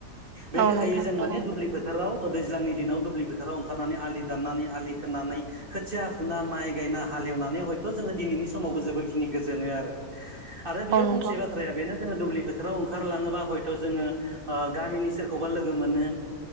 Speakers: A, on the right; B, on the right.
A: बे
B: औ
A: लेखै
B: नोंथां
A: जों
B: दङ
A: माने दुब्लि फोथाराव दैज्लांनि दिनाव दुब्लि फोथोराव ओंखारनानै आलि दाननानै आलि खोनानै खोथिया फुना माइ गायना हालेवनानै हयथ' जोङो दिनैनि समावबो जोबोरखिनि गोजोनो आरो आरो बेयाव
B: औ नोंथां
A: फंसे बाथ्राया बेनो जोङो दुब्लि फोथाराव ओंखारलाङोबा हयथ' जोङो गामिनि सोरखौबा लोगो मोनो